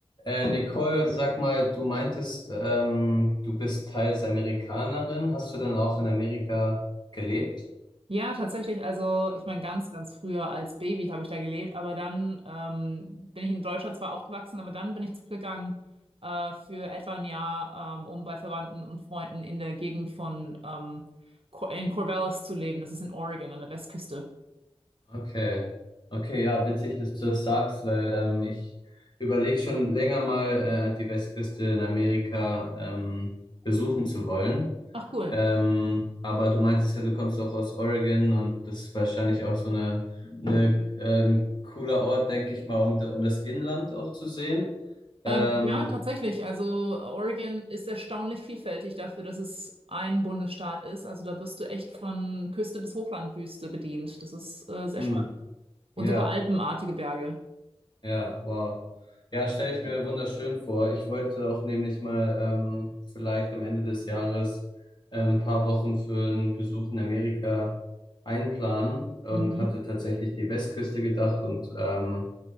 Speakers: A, on the left; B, on the right.
A: Äh, Nicole, sag mal, du meintest, ähm, du bist teils Amerikanerin. Hast du denn auch in Amerika gelebt?
B: Ja, tatsächlich. Also, ich meine, ganz, ganz früher als Baby habe ich da gelebt, aber dann ähm, bin ich in Deutschland zwar aufgewachsen, aber dann bin ich zurückgegangen äh, für etwa ein Jahr, ähm, um bei Verwandten und Freunden in der Gegend von ähm, Cor- in Corvallis zu leben. Das ist in Oregon an der Westküste.
A: Okay. Okay, ja, witzig, dass du das sagst, weil ähm, ich überlege schon länger mal, äh, die Westküste in Amerika ähm, besuchen zu wollen.
B: Ach, cool.
A: Ähm, aber du meintest ja, du kommst auch aus Oregon und das ist wahrscheinlich auch so eine, eine, äh, ein cooler Ort, denke ich mal, um, um das Inland auch zu sehen. Ähm,
B: Ähm, ja, tatsächlich. Also, Oregon ist erstaunlich vielfältig dafür, dass es ein Bundesstaat ist. Also, da wirst du echt von Küste bis Hochlandwüste bedient. Das ist äh, sehr
A: hm.
B: spannend. Und
A: Ja,
B: sogar alpenartige Berge.
A: ja, wow. Ja, stelle ich mir wunderschön vor. Ich wollte auch nämlich mal ähm, vielleicht am Ende des Jahres ähm, ein paar Wochen für einen Besuch in Amerika einplanen und
B: Mhm.
A: hatte tatsächlich die Westküste gedacht und ähm,